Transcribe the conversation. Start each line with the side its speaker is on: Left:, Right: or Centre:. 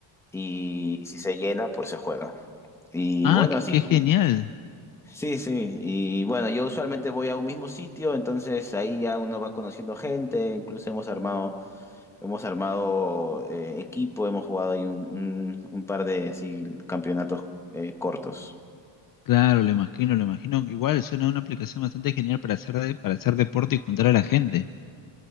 Centre: y si se llena, pues se juega. Y
Left: Ah,
Centre: bueno,
Left: qué,
Centre: así,
Left: qué
Centre: ju-
Left: genial.
Centre: sí, sí. Y bueno, yo usualmente voy a un mismo sitio, entonces ahí ya uno va conociendo gente, incluso hemos armado Hemos armado eh, equipo, hemos jugado ahí un, un- un par de así campeonatos eh, cortos.
Left: Claro, lo imagino, lo imagino. Igual suena una aplicación bastante genial para hacer de- para hacer deporte y juntar a la gente.